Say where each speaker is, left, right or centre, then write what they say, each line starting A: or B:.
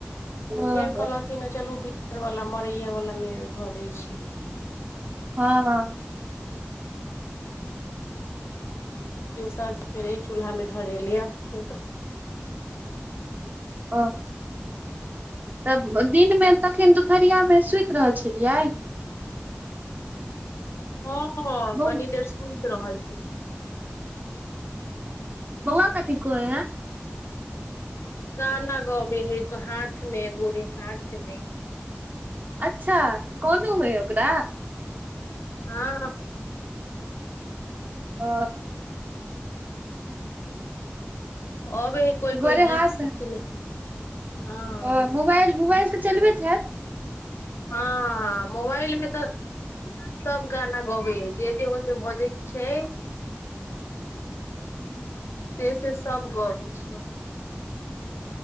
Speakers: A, on the right; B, on the left.
A: ओ
B: तऽ फेर कहलथिन चलू भीतर वला मरैये वला मे धऽ दै छी
A: हँ
B: दसर फेर चूल्हा मे धरेले त
A: ओ तऽ दिन में तखन दुपहरिया में सुति रहल छलियै
B: हाँ
A: बौ
B: कनि देर स सुत रहल छलिये
A: बौआ कथी कहै हैंय
B: गाना गबे है हाथ मे गोरे हाथ मे
A: अच्छा कोनो हुए ओकरा
B: हँ
A: ओ
B: आबे हैय कोइ
A: गोरे
B: कोइ गीत
A: हाथ
B: सिखय ले हाँ
A: ओ मोबाइल मोबाइल तऽ चलबैत
B: हाँ मोबाइल में तऽ सब गाना गबै ह जे जे ओहिमे बजै छै
A: <inaudible>
B: से से सब गबै छिय